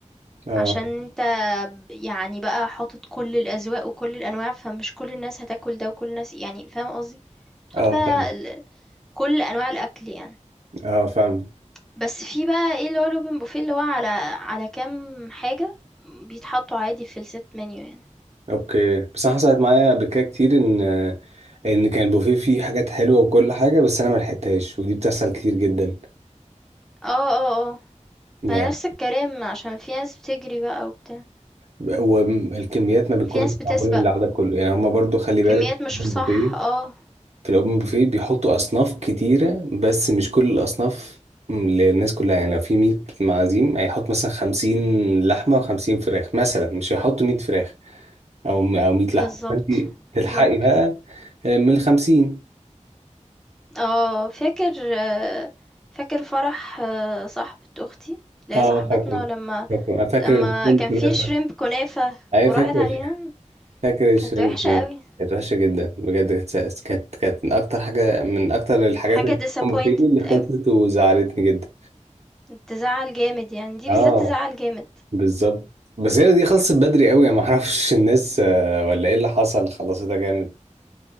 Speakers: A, on the right (about 60°); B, in the centre.
A: اه
B: عشان انت ب- يعني بقى حاطط كل الاذواق وكل الانواع فمش كل الناس هتاكل ده وكل الناس يعني فاهم قصدي تحط
A: اه
B: بقى
A: فاهم
B: ال- كل انواع الاكل يعني
A: اه فاهم
B: بس في بقى ايه اللي هو الاوبن بوفيه اللي هو على على كام حاجة بيتحطوا عادي في الست منيو يعني
A: اوكي بس انا حصلت معايا قبل كده كتير ان ان كان البوفيه فيه حاجات حلوه وكل حاجه بس انا ما لحقتهاش ودي بتحصل كتير جدا
B: اه اه اه
A: يعني
B: ما نفس الكلام عشان في ناس بتجري بقى وبتاع
A: والكميات ما بتكونش
B: في ناس بتسبق
A: معموله للعدد كله يعني هما برضو خلي بالك
B: كميات
A: في
B: مش
A: الاوبن
B: صح
A: بوفيه
B: اه
A: في الاوبن بوفيه بيحطوا اصناف كتيره بس مش كل الاصناف للناس كلها يعني لو في 100 معازيم هيحط مثلا 50 لحمه و50 فراخ مثلا مش هيحطوا 100 فراخ او او 100 لحمه
B: بالظبط
A: فانت تلحقي
B: بالظبط
A: بقى آه، من ال 50
B: اه فاكر آه، فاكر فرح آه، صاحبة اختي اللي
A: اه
B: هي صاحبتنا
A: فاكره
B: لما
A: فاكره انا فاكر
B: لما
A: الشريمب
B: كان
A: كنافه
B: في شريمب كنافة
A: ايوه
B: وراحت
A: فاكر
B: علينا
A: فاكر الشريمب
B: كانت وحشة
A: كنافه
B: قوي
A: كانت وحشه جدا بجد كانت سا- كانت كانت من اكتر حاجه من اكتر الحاجات
B: حاجة
A: اللي
B: disappointed
A: كنت فيه اللي خلصت
B: قوي
A: وزعلتني جدا
B: تزعل جامد يعني دي
A: اه
B: بالذات تزعل جامد
A: بالظبط بس هي دي خلصت بدري قوي ما اعرفش الناس آه، ولا ايه اللي حصل خلصتها جامد